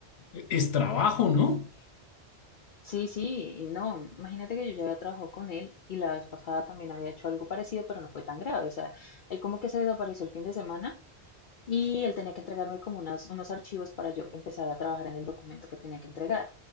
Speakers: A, on the left; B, on the left.
A: es trabajo, ¿no?
B: Sí, sí, y no, imagínate que yo ya había trabajado con él y la vez pasada también había hecho algo parecido, pero no fue tan grave. O sea, él como que se desapareció el fin de semana y él tenía que entregarme como unas, unos archivos para yo empezar a trabajar en el documento que tenía que entregar.